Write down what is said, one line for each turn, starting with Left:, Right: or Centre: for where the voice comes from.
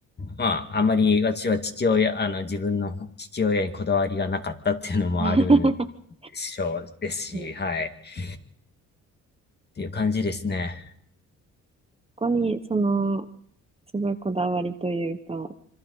Left: まあ、あまり私は父親、あの、自分の父親にこだわりがなかったっていうのもあるでしょうですし、
Right: <laughs> うん
Left: はい。っていう感じですね。
Right: ここに、その、すごいこだわりというか、